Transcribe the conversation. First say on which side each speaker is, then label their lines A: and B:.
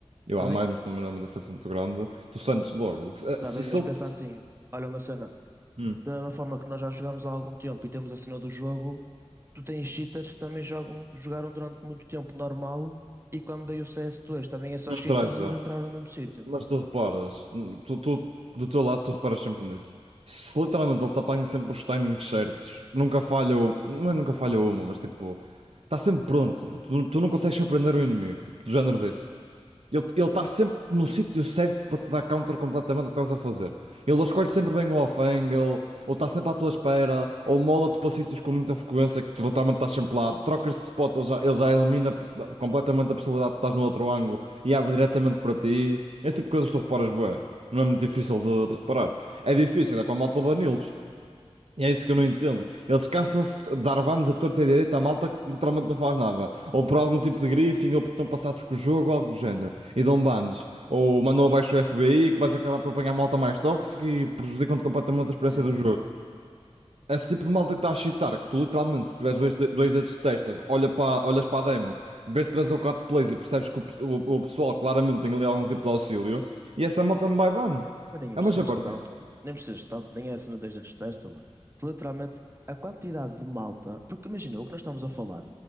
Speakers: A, on the right; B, on the right.
A: Eu
B: Está
A: há
B: bem?
A: mais, mas também não é uma diferença muito grande. Tu sentes logo. Eh,
B: Está
A: Se,
B: bem,
A: se
B: mas
A: ele
B: pensa
A: te...
B: assim. Olha uma cena.
A: Hum.
B: Da mesma forma que nós já jogamos há algum tempo e temos a cena do jogo, tu tens cheaters que também jogam, jogaram durante muito tempo normal e quando veio o CS2 também é só
A: Não
B: cheaters,
A: interessa.
B: eles entraram no mesmo sítio.
A: Mas tu reparas. Hum, Tu, tu- do teu lado, tu reparas sempre nisso. Se literalmente ele te apanha sempre os timings certos. Nunca falha. o- Não é nunca falha uma, mas tipo... Está sempre pronto. Tu, tu não consegues surpreender o inimigo. Tipo, do género disso. Ele ele está sempre no sítio certo para te dar counter completamente o que estás a fazer. Ele
B: Pá,
A: escolhe sempre bem o off-angle, ou está sempre à tua espera, ou mola-te para sítios com muita frequência que tu totalmente estás sempre lá. Trocas de spot, ele já, ele já elimina p- completamente a possibilidade de estás no outro ângulo e abre diretamente para ti. Esse tipo de coisas tu reparas bem. Não é muito difícil de, de reparar. É difícil, é para malta banilos. E é isso que eu não entendo. Eles cansam-se de dar bans a torta e à direita à malta que literalmente não faz nada. Ou por algum tipo de griefing, ou porque estão passados com o jogo, ou algo do género. E dão bans. Ou mandam abaixo o FBI, que vais acabar por apanhar malta mais tóxica e prejudicam-te completamente a experiência
B: é- é,
A: do jogo. Esse tipo de malta que está a chitar, que tu literalmente, se tiveres dois, de- dois dedos de testa, olha para, olhas para a demo, vês três ou quatro plays e percebes que o, pe- o- o pessoal claramente tem ali algum tipo de auxílio, e essa malta não vai ban.
B: Mas nem
A: É
B: precisas
A: uma jabardice.
B: de tanto, pô. Nem precisas de tanto, nem é assim no desde dos testes, mano. Tu, Literalmente, a quantidade de malta. Porque imagina, o que nós estamos a falar.